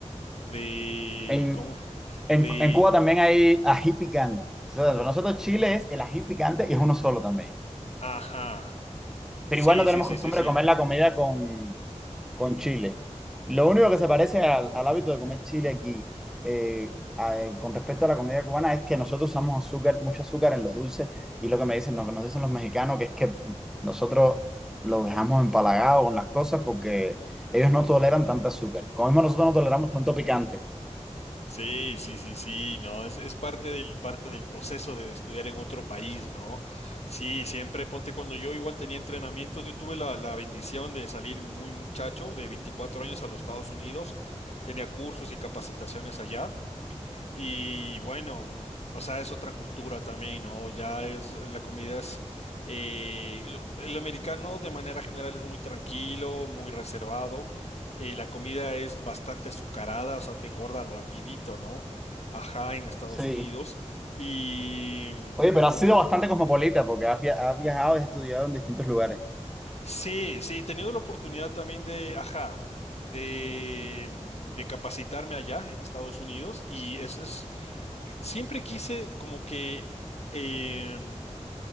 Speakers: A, on the left; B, in the centre.
A: de,
B: En,
A: ¿cómo?
B: en,
A: De,
B: en Cuba también hay ají picante. O sea, para nosotros Chile es el ají picante y es uno solo también.
A: ajá.
B: Pero
A: Sí,
B: igual no tenemos
A: sí, sí,
B: costumbre
A: sí, sí.
B: de comer la comida con, con chile. Lo único que se parece al, al hábito de comer chile aquí, eh, a- eh, con respecto a la comida cubana, es que nosotros usamos azúcar, mucho azúcar en los dulces, y lo que me dicen, lo que nos dicen los mexicanos, que es que nosotros los dejamos empalagados con las cosas porque ellos no toleran tanta azúcar. Como mismo nosotros no toleramos tanto picante.
A: Sí, sí, sí, sí, no, es, es parte del, parte del proceso de estudiar en otro país, ¿no? Sí, siempre ponte cuando yo igual tenía entrenamientos, yo tuve la, la bendición de salir muy muchacho, de 24 años a los Estados Unidos, tenía cursos y capacitaciones allá. Y bueno, o sea, es otra cultura también, ¿no? Ya es, la comida es, eh, lo- el americano de manera general es muy tranquilo, muy reservado, eh, la comida es bastante azucarada, o sea, te engorda rapidito, ¿no? Ajá, en Estados
B: Sí.
A: Unidos. Y, mm,
B: Oye, pero
A: ¿cómo?
B: has sido bastante cosmopolita porque has, via- has viajado y has estudiado en distintos lugares.
A: Sí, sí, he tenido la oportunidad también de, ajá, de, mm, de capacitarme allá en Estados Unidos y es siempre quise como que em,